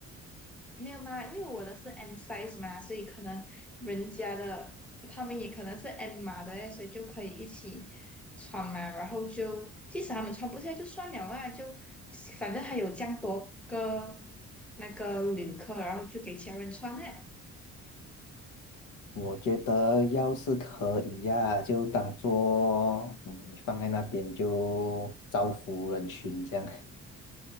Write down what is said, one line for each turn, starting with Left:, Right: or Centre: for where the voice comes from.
Centre: 没有嘛，因为我的是 M size 嘛，所以可能人家的他们也可能是 M 码的诶所以就可以一起穿嘛。然后就即使他们穿不下就算了嘛，就反正还有这样多个那个旅客，然后就给其他人穿呢。
Left: 我觉得要是可以呀、就当做嗯放在那边就造福人群这样，